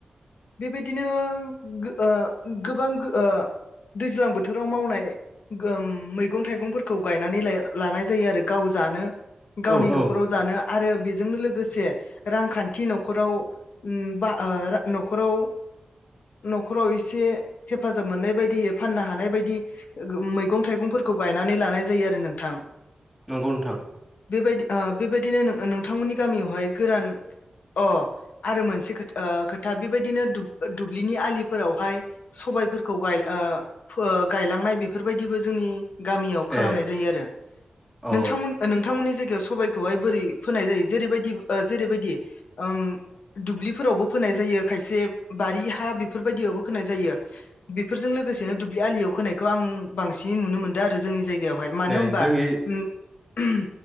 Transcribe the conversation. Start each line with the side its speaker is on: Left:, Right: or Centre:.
Left: बेबायदिनो गो ओ गोबां गो ओ दैज्लां बोथोराव मावनाय गोम मैगं थाइगंफोरखौ गायनानै लाय लानाय जायो आरो गाव जानो। गावनि
Centre: औ
Left: न'खराव
Centre: औ
Left: जानो। आरो बेजोंनो लोगोसे रांखान्थि न'खराव उम बा ओ न'खराव न'खराव एसे हेफाजाब मोननाय बायदियै फाननो हानाय बायदि उम मैगं थाइगंफोरखौ गायनानै लानाय जायो आरो नोंथां।
Centre: नंगौ नोंथां।
Left: बेबायदि ओ बेबायदिनो नोंथांमोननि गामियावहाय गोरान अ आरो मोनसे ओ खोथा बेबायदिनो दुब्लिनि आलिफोरावहाय सबायफोरखौ गाय ओ फो गायलांनाय बेफोरबायदिबो जोंनि गामियाव खालामनाय
Centre: ए
Left: जायो आरो
Centre: औ
Left: नोंथांमोन नोंथांमोननि जायगायाव सबाइखौहाय बोरै फोनाय जायो? जेरैबायदि ओ जेरैबायदि ओम दुब्लिफोरावबो फोनाय जायो। खायसे बारि हा बेफोरबायदियावबो खोनाय जायो बेफोरजों लोगोसे -नो दुब्लि आलियाव खोनायखौ आं बांसिन नुनो मोनदों आरो जोंनि जायगायावहाय मानो
Centre: ए
Left: होमबा
Centre: जोंनि
Left: उम। उहुम।